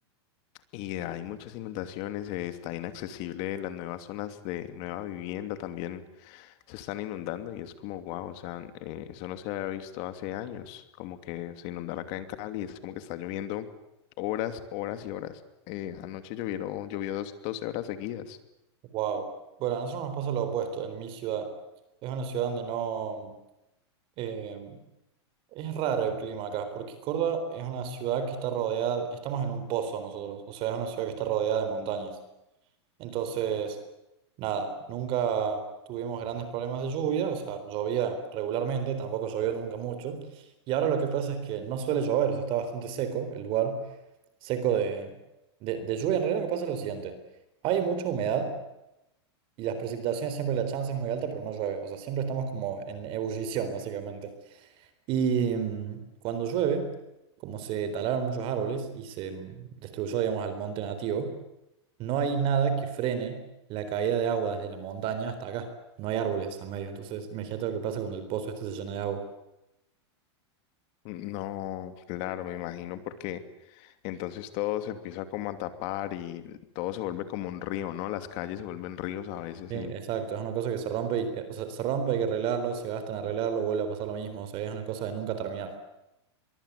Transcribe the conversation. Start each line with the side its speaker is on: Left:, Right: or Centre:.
Left: Y hay muchas inundaciones, eh, está inaccesible las nuevas zonas de nueva vivienda también se están inundando y es como wow, o sea, eh, eso no se había visto hace años, como que se inundara acá en Cali, es como que está lloviendo horas, horas y horas. Eh, anoche llovieron, llovió dos, 12 horas seguidas.
Right: Wow. Bueno, a nosotros nos pasa lo opuesto en mi ciudad. Es una ciudad donde no... eh, es raro el clima acá, porque Córdoba es una ciudad que está rodeada... Estamos en un pozo nosotros, o sea, es una ciudad que está rodeada de montañas. Entonces, nada, nunca tuvimos grandes problemas de lluvia, o sea, llovía regularmente, tampoco llovió nunca mucho. Y ahora lo que pasa es que no suele llover, o sea, está bastante seco el lugar, seco de, de, de lluvia. En realidad lo que pasa es lo siguiente, hay mucha humedad. Y las precipitaciones siempre la chance es muy alta, pero no llueve. O sea, siempre estamos como en ebullición, básicamente. Y mm, cuando llueve, como se talaron muchos árboles y se mm, destruyó, digamos, al monte nativo, no hay nada que frene la caída de agua desde la montaña hasta acá. No hay árboles al medio. Entonces, imagínate lo que pasa cuando el pozo este se llena de agua.
Left: No, claro, me imagino porque Entonces todo se empieza como a tapar y todo se vuelve como un río, ¿no? Las calles se vuelven ríos a veces.
Right: Sí, exacto.
Left: En...
Right: Es una cosa que se rompe y, eh, o sea, se rompe, hay que arreglarlo, se gasta en arreglarlo, vuelve a pasar lo mismo. O sea, es una cosa de nunca terminar.